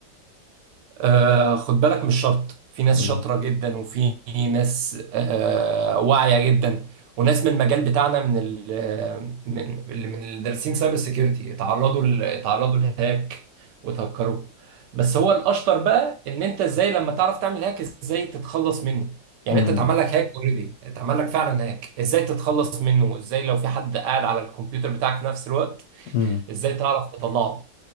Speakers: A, on the right (about 75°); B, on the left (about 65°).
A: آه خد بالك مش شرط في ناس
B: امم
A: شاطرة جدا وفي ناس آه واعية جدا وناس من المجال بتاعنا من ال آه، من اللي من الدارسين سايبر سيكيورتي اتعرضوا ل- اتعرضوا لهاك وتهكروا بس هو الاشطر بقى ان انت ازاي لما تعرف تعمل هاك ازاي تتخلص منه يعني
B: امم
A: انت اتعمل لك هاك اوريدي اتعمل لك فعلا هاك ازاي تتخلص منه ازاي لو في حد قاعد على الكمبيوتر بتاعك في نفس الوقت
B: امم
A: ازاي تعرف تطلعه